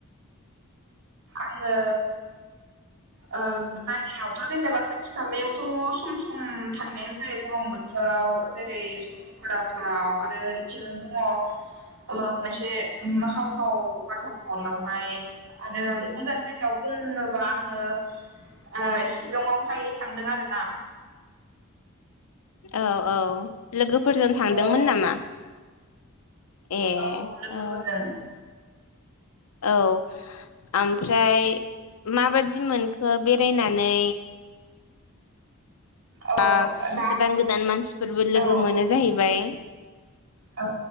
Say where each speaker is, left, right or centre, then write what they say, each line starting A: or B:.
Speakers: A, on the right (about 85°); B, on the left (about 85°).
A: आङो ओ जायगायावथ' जेनेबा खाथि खालायावथ' सम सम थांनायानो जायो गरम बोथो राव जेरै सरलपाराफोराव आरो इथिंनो दङ <unintelligible> वाटार फलावहाय आरो गोजान जायगायाव बोरनोबा आङो ओ सिलंआवहाय थांदों आरो ना।
B: औ औ लोगोफोरजों थांदोंमोन
A: औ
B: नामा? ए
A: औ लोगोफोरजों
B: औ औ। ओमफ्राय माबादि मोनखो बेरायनानै?
A: औ
B: बा
A: दा
B: गोदान गोदान मानसिफोरबो लोगो
A: औ
B: मोनो जाहैबाय।
A: औ